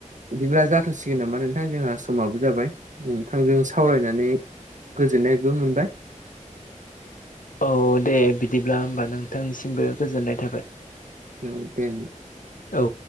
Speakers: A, on the right; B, on the left.
A: बिदिब्ला जाथ'सिगोन नामा नोंथां जोंहा समाबो जाबाय नोंथांजों सावरायनानै गोजोननायबो मोनबाय।
B: औ दे बिदिब्ला होमबा नोंथांनिसिमबो गोजोननाय थाबाय।
A: औ दे।
B: औ।